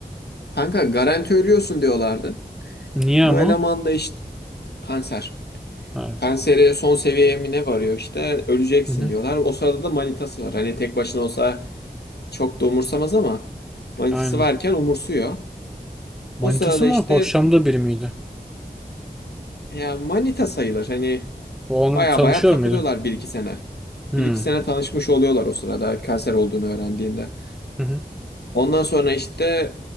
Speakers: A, on the left (about 80°); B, in the centre.
A: Kanka garanti ölüyorsun diyorlardı.
B: Niye
A: Bu
B: ama?
A: eleman da işte Kanser.
B: Ha,
A: Kanseri son seviyeye mi ne varıyor işte öleceksin
B: Hı hı.
A: diyorlar. O sırada da manitası var. Hani tek başına olsa çok da umursamaz ama manitası
B: Aynen.
A: varken umursuyor.
B: Manitası
A: O sırada
B: mı?
A: işte
B: Hoşlandığı biri miydi?
A: ya manita sayılır. Hani
B: O onunla
A: baya
B: tanışıyor
A: baya takılıyorlar
B: muydu?
A: bir iki sene.
B: Hı.
A: Bir iki sene tanışmış oluyorlar o sırada kanser olduğunu öğrendiğinde.
B: Hı hı.
A: Ondan sonra işte